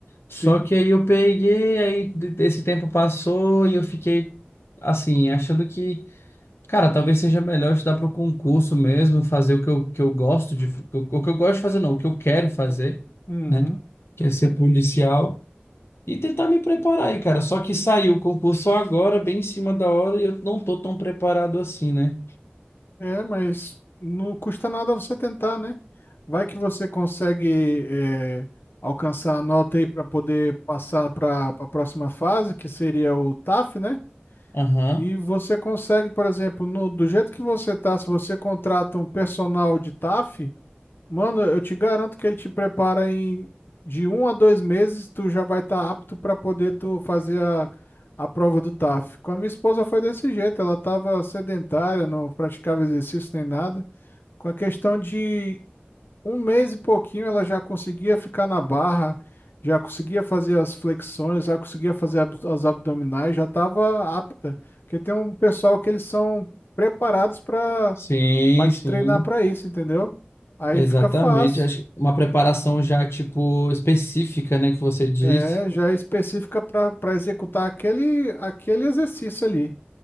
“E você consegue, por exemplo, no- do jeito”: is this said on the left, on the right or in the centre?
Left